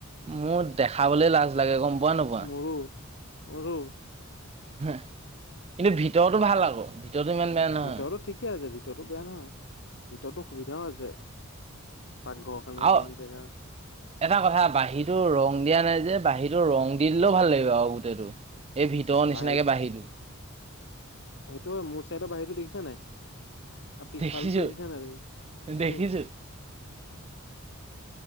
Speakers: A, on the right; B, on the left.
A: মোৰ দেখাবলৈ লাজ লাগে গম পোৱা নোপোৱা।
B: মোৰো <unintelligible>
A: <unintelligible> কিন্তু ভিতৰতো ভাল আকৌ ভিতৰতো ইমান বেয়া নহয়
B: ভিতৰতো ঠিকে আছে ভিতৰতো বেয়া নহয় ভিতৰতো সুবিধাও আছে। পাকঘৰৰ কাৰণে
A: আৰু
B: অকমান জেগা।
A: এটা কথা বাঁহীটো ৰং দিয়া নাই যে, বাঁহীটো ৰং দি দিলেও ভাল লাগিব আৰু গোটেইটো। এই ভিতৰৰ নিচিনাকে
B: বাহিৰত
A: বাঢ়িলো।
B: সেইটো মোৰ চাইডৰ বাহিৰটো দেখিছা নাই? আৰু পিছফালটো
A: দেখিছো
B: দেখিছা নাই তুমি?
A: দেখিছো